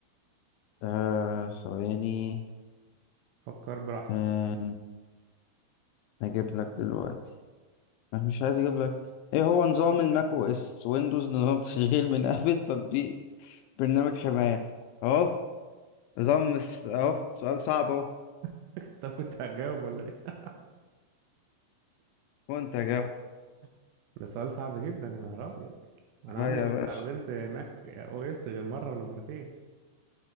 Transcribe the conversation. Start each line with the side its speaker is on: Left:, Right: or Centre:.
Left: آه ثواني
Right: فكر براحتك
Left: آه هجيب لك دلوقتي انا مش عايز اجيب لك ايه هو نظام الماك او اس ويندوز نظام <laughs> تشغيل من ابل تطبيق برنامج حماية اهو نظام مس- اهو سؤال صعب
Right: <laughs> طب كنت هتجاوب ولا ايه؟
Left: كنت اجاوب
Right: <laughs> ده سؤال صعب جدا يا نهار أبيض أنا
Left: ها
Right: عمري
Left: يا
Right: ما
Left: باشا
Right: استخدمت ماك أو إس غير مرة ولا مرتين